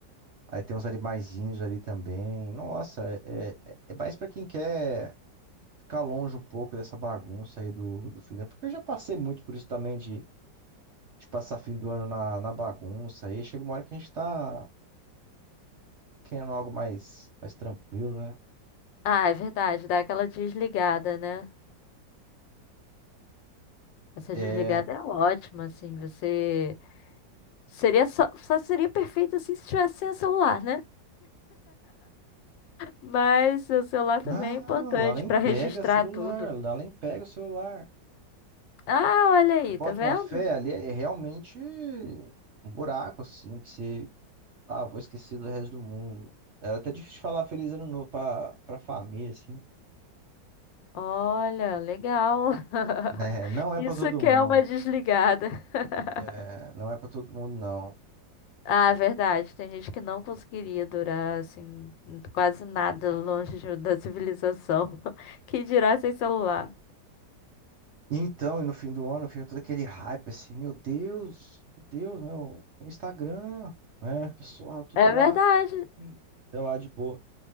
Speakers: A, on the right (about 55°); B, on the left (about 80°).
A: Aí tem uns animaizinhos ali também. Nossa, é, é, é mais pra quem quer ficar longe um pouco dessa bagunça aí do, do fim do ano. Porque eu já passei muito por isso também de, de passar fim do ano na, na bagunça. Aí chega uma hora que a gente tá querendo algo mais, mais tranquilo, né?
B: Ah, é verdade, dá aquela desligada, né? Essa
A: É.
B: desligada é ótima, assim, você... Seria só, só seria perfeito, assim, se tivesse sem o celular, né? Mas o celular também
A: Ah,
B: é importante
A: lá nem
B: pra registrar
A: pega celular,
B: tudo.
A: lá nem pega o celular.
B: Ah, olha aí,
A: Você bota
B: tá vendo?
A: uma fé ali, é realmente um buraco, assim, que você. Ah, vou esquecer do resto do mundo. É até difícil falar feliz ano novo pra, pra família, assim.
B: Olha, legal.
A: né?
B: <laughs>
A: não é
B: Isso
A: pra todo
B: que
A: mundo.
B: é uma desligada. <laughs>
A: É, não é pra todo mundo, não.
B: Ah, é verdade. Tem gente que não conseguiria durar assim quase nada longe de- da civilização. <laughs> Que dirá sem celular?
A: Então, e no fim do ano fica todo aquele hype assim, meu Deus, meu Deus, meu, meu Instagram, né? Pessoal, tudo
B: É
A: lá,
B: verdade.
A: hum, sei lá, de boa.